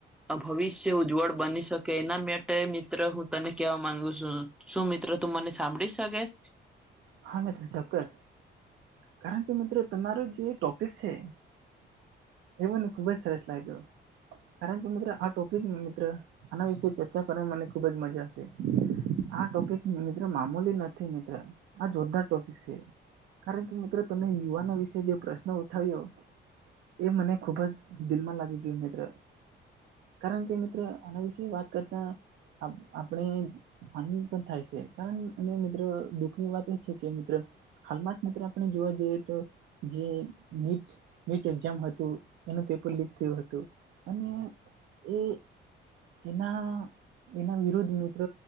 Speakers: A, in the centre; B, on the right.
A: અ ભવિષ્ય ઉજ્જવળ બની શકે એના માટે મિત્ર હું તને કેવા માંગુ છું શું મિત્રો તું મને સાંભળી શકેશ
B: હા મિત્રો ચોક્કસ કારણ કે મિત્રો તમારો જે ટોપિક છે એ મને ખુબ જ સરસ લાગ્યો કારણ કે મિત્ર આ ટોપિક મિત્ર આના વિશે ચર્ચા કરવાની મને ખુબ જ મજા આવશે આ ટોપિક મિત્ર મામૂલી નથી મિત્ર આ જોરદાર ટોપિક છે કારણ કે મિત્રો તમે યુવાનો વિશે જે પ્રશ્ન ઉઠાવ્યો એ મને ખુબ જ દિલમાં લાગી ગયું મિત્ર કારણ કે મિત્રો આના વિશેે વાત કરતા આપણે ફન પણ થાય છે કારણ અને મિત્રો દુઃખની વાત છે કે મિત્ર હાલમાં જ મિત્ર આપણે જોવા જઈએ તો જે નીટ નીટ એક્ઝામ હતું એનું પેપર લીક થયું હતું અને એ એના એના વિરુદ્ધ મિત્ર